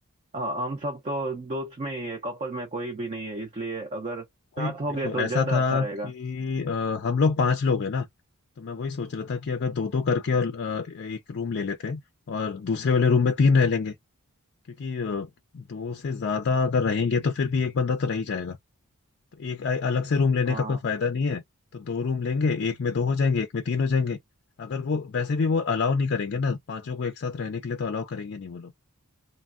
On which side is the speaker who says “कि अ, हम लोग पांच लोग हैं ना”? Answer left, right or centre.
Left